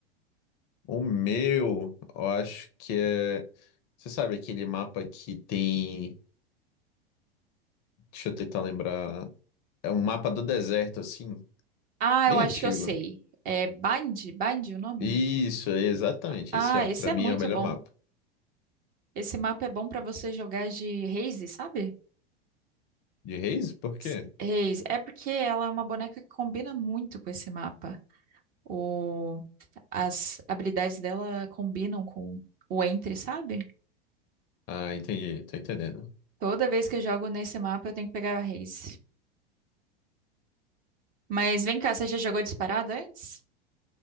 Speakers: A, on the left (about 35°); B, on the right (about 30°).
A: O meu, eu acho que é. Você sabe aquele mapa que tem. Deixa eu tentar lembrar. É um mapa do deserto, assim,
B: Ah,
A: bem
B: eu acho
A: antigo.
B: que eu sei. É Bind? Bind o nome?
A: Isso, é exatamente.
B: Ah,
A: Esse, é,
B: esse
A: pra
B: é
A: mim,
B: muito
A: é o melhor
B: bom.
A: mapa.
B: Esse mapa é bom pra você jogar de Raze, sabe?
A: De Reis? Por quê?
B: S- Raze. É porque ela é uma boneca que combina muito com esse mapa. O... As habilidades dela combinam com o Entry, sabe?
A: Ah, entendi, tô entendendo.
B: Toda vez que eu jogo nesse mapa, eu tenho que pegar a Raze. Mas vem cá, você já jogou disparada antes?